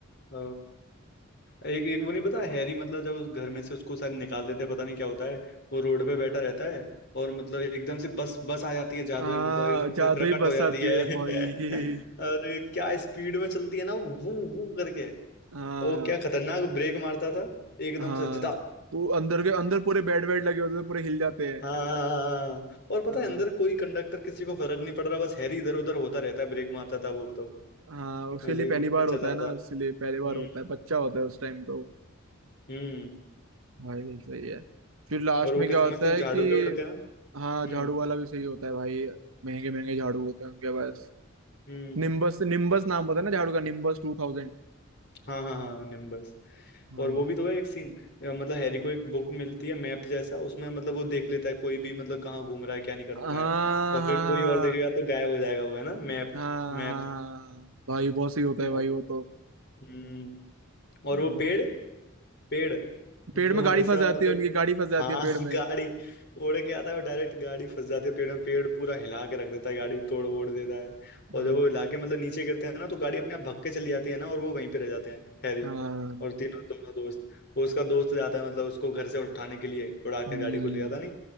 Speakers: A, on the left; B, on the right.
A: अ, एक एक वो नहीं पता हैरी मतलब जब उस घर में से उसको शायद निकाल देते हैं पता नहीं क्या होता है वो रोड पे बैठा रहता है और मतलब एकदम से बस बस आ जाती है जादुई
B: हाँ
A: मतलब एकदम से
B: जादू
A: प्रकट
B: ही बस
A: हो जाती
B: आती
A: है
B: है
A: <laughs>
B: भाई
A: और ये क्या स्पीड में चलती है ना वो वो करके
B: हाँ
A: ओ क्या खतरनाक ब्रेक मारता था एकदम
B: हाँ
A: से झटक
B: पू- अंदर के अंदर पूरे
A: <laughs>
B: बेड वेड लगे होते हैं पूरे हिल जाते हैं
A: हाँ और पता
B: हाँ
A: है अंदर कोई कंडक्टर किसी को फर्क नहीं पड़ रहा बस हैरी इधर उधर होता रहता है ब्रेक मारता था वो तब
B: हाँ उसके
A: अजीब
B: लिए पहली
A: ही मतलब
B: बार
A: चल
B: होता
A: रहा
B: है ना
A: था
B: उसके लिए पहली बार
A: हम्म
B: होता है बच्चा होता है उस टाइम तो
A: हम्म
B: भाई सही है फिर लास्ट
A: और वो
B: में
A: कैसे
B: क्या होता
A: मस्त झाड़ू
B: है कि
A: पे उड़ते हैं
B: हाँ
A: हम्म
B: झाड़ू वाला भी सही होता है भाई महंगे महंगे झाड़ू होते हैं उनके पास
A: हम्म
B: निम्बस निम्बस नाम होता है ना झाड़ू का निम्बस टू थाउजेंड
A: हाँ हाँ हाँ निम्बस
B: हाँ
A: और वो भी तो है एक सीन मतलब हैरी को एक बुक मिलती है मैप जैसा उसमें मतलब वो देख लेता है कोई भी मतलब कहाँ घूम रहा है क्या निकल
B: हाँ
A: रहा है और
B: हाँ
A: फिर
B: हाँ
A: कोई और देखेगा तो गायब हो जाएगा वो है ना मैप
B: हाँ हाँ
A: मैप
B: हाँ, भाई बहुत सही होता है
A: और
B: भाई वो तो
A: हम्म और
B: हम्म,
A: वो पेड़ पेड़
B: पेड़
A: जो
B: में
A: हमेशा
B: गाड़ी फंस जाती
A: मतलब
B: है उनकी गाड़ी फंस जाती
A: हाँ
B: है पेड़
A: <laughs>
B: में
A: गाड़ी उड़ के आता है वो डायरेक्ट गाड़ी फंस जाती है पेड़ में पेड़ पूरा हिला के रख देता है गाड़ी तोड़ वोड़ देता है और
B: हाँ
A: जब वो हिला के मतलब नीचे गिरते हैं ना तो गाड़ी अपने आप भग के चली जाती है ना और वो वहीं पे रह जाते हैं हैरी
B: हाँ
A: और तीनों दोनों दोस्त वो उसका दोस्त जाता है मतलब उसको घर से उठाने के लिए उड़ा के
B: हम्म
A: गाड़ी को ले जाता नहीं